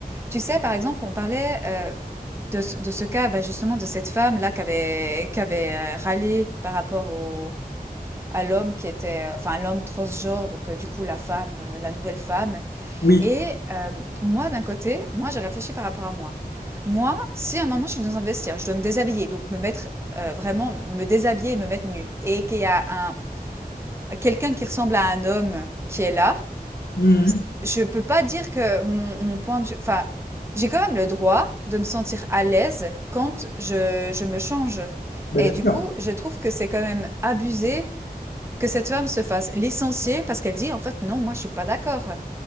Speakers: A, on the right; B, on the left.
A: tu sais, par exemple, on parlait euh, de, ce de ce cas, bah, justement, de cette femme-là qui avait, qui avait euh, râlé par rapport au, à l'homme qui était, euh, enfin, l'homme transgenre, donc euh, du coup, la femme, euh, la nouvelle femme.
B: Oui.
A: Et euh, moi, d'un côté, moi, j'ai réfléchi par rapport à moi. Moi, si à un moment je suis dans un vestiaire, je dois me déshabiller, donc me mettre euh, vraiment me déshabiller et me mettre nue, et qu'il y a un quelqu'un qui ressemble à un homme qui est là,
B: Mhm.
A: c'est- je peux pas dire que mon, mon point de vue, enfin, j'ai quand même le droit de me sentir à l'aise quand je, je me change.
B: Bah
A: Et
B: bien
A: du
B: sûr.
A: coup, je trouve que c'est quand même abusé que cette femme se fasse licencier parce qu'elle dit en fait non, moi je suis pas d'accord.